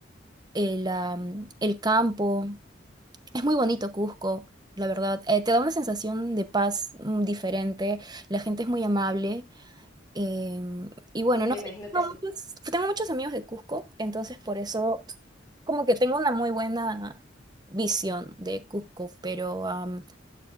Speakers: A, on the right; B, on the left.
A: el, am, el campo. Es muy bonito Cusco, la verdad. Eh, te da una sensación de paz mm, diferente. La gente es muy amable. em, y bueno,
B: Y me
A: no sé,
B: imagino
A: tengo
B: que sí.
A: muchos, tengo muchos amigos de Cusco, entonces por eso como que tengo una muy buena visión de Cusco, pero am,